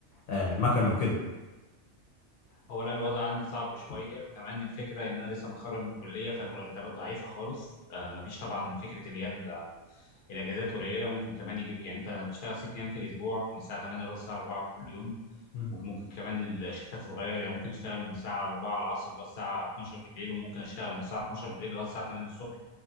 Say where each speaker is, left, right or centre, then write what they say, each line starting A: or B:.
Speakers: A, on the left; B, on the left.
A: آه، مكن وكده
B: هو لا الوضع عندي صعب شويه وكمان الفكره ان انا لسه متخرج من الكليه فالمرتبات ضعيفه خالص آه، مفيش طبعا فكره اللي هي ال- الاجازات قليله ممكن كمان يجي يعني انت بشتغل ست ايام في الاسبوع من الساعه 8 للساعه 4 كل يوم
A: مم.
B: ممكن ممكن كمان الشيفتات تتغير يعني ممكن اشتغل من الساعه 4 العصر لغايه الساعه 12 بالليل وممكن اشتغل من الساعه 12 بالليل لغايه الساعه 8 الصبح